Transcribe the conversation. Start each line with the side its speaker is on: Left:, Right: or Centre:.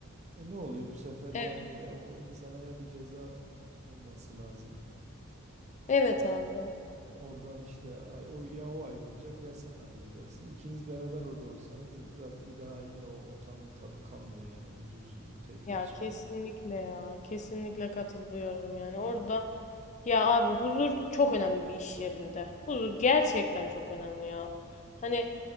Right: E ne oluyor bu sefer
Left: Evet.
Right: yani ya o insana ya bir ceza olması lazım.
Left: Evet abi.
Right: Oradan işte ay- o, ya o ayrılacak ya sen ayrılacaksın. İkiniz beraber orada olsanız zaten bir daha yine o ortamın tadı kalmıyor yani huzursuzluk tekrar
Left: Ya
Right: çıkar.
Left: kesinlikle
Right: yani.
Left: ya. Kesinlikle katılıyorum yani. Orada ya abi huzur çok önemli bir iş yerinde. Huzur gerçekten çok önemli ya. Hani